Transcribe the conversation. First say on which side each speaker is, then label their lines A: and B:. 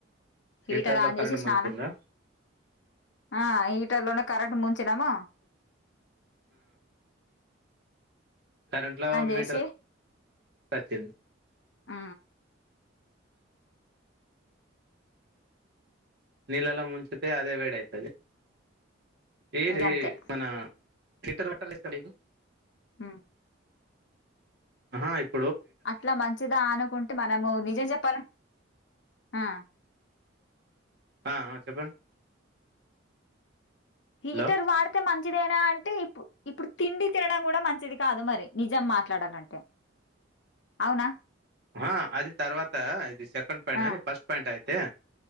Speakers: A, on the left (about 65°); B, on the right (about 55°).
A: హీటర్
B: హీటర్లో
A: ఆన్
B: కరెంట్
A: చేసి స్నానం
B: ముంచిండ్రా
A: ఆ హీటర్ లోనే కరెట్ ముంచినము
B: కరెంట్ లో మీటర్
A: చేసి
B: వచ్చింది
A: ఆ
B: నీళ్లలో ముంచితే అదే వేడి అయితది ఏదే
A: ఇంకంతే
B: మన హీటర్ వాట్టాలస్తడికు
A: ఆ
B: హ హ ఇప్పు
A: అట్లా మంచిదా అనుకుంటే మనము నిజం చెప్పాల ఆ
B: ఆ అ చెప్పండ్
A: ఇ
B: హలో
A: ఇతర్ వార్తే మన ఇప్పుడేనా అంటే ఇప్ప ఇప్పుడు మంచి దేనా అంటే ఇప్పుడు ఇప్పుడు తిండి తినడం కూడా మంచిది కాదు మరి నిజం మాట్లాడాలంటే అవునా
B: ఆ అది తర్వాత ఇది సెకండ్ పాయిం
A: ఆ
B: న లెక ఫస్ట్ పాయింట్ అది ఏ